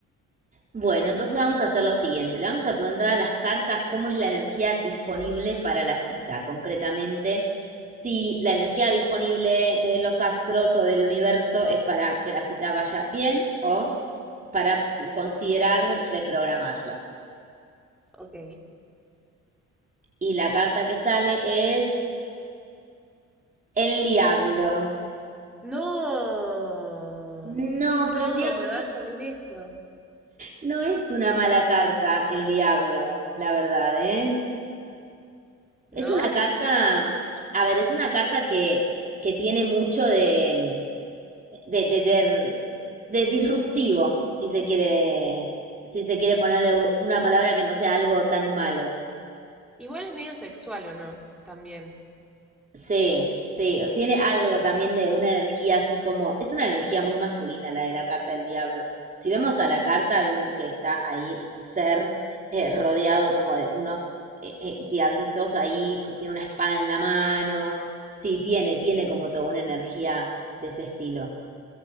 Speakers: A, on the right; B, in the centre.
A: Bueno, entonces vamos a hacer lo siguiente. Le vamos a preguntar a las cartas cómo es la energía disponible para la cita. Concretamente, si la energía disponible de los astros o del universo es para que la cita vaya bien o para considerar reprogramarla.
B: Ok.
A: Y la carta que sale es el diablo.
B: No,
A: No,
B: ¿cómo
A: pero el diablo
B: me va a salir eso?
A: no es una mala carta, el diablo, la verdad, ¿eh?
B: ¿No?
A: Es una carta, a ver, es una carta que, que tiene mucho de, de, de, de- de disruptivo, si se quiere, si se quiere poner de u- una palabra que no sea algo tan malo.
B: Igual es medio sexual o no, también.
A: Sí, sí, tiene algo también de una energía así como, es una energía muy masculina la de la carta del diablo. Si vemos a la carta, vemos que está ahí un ser eh, rodeado como de unos eh, eh, diablitos ahí, que tiene una espada en la mano. Sí, tiene, tiene como toda una energía de ese estilo.